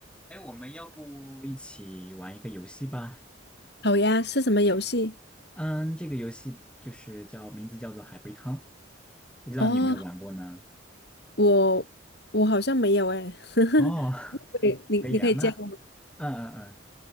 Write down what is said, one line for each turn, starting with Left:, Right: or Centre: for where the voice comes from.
Centre: 哎，我们要不一起玩一个游戏吧？
Left: 好呀，是什么游戏？
Centre: 嗯，这个游戏就是叫名字叫做海龟汤，不知道你有没有玩过呢？
Left: 哦，我我好像没有哎，<laughs>
Centre: 哦，<laughs>
Left: 对，你你可以教我。
Centre: 可以啊，那嗯嗯嗯，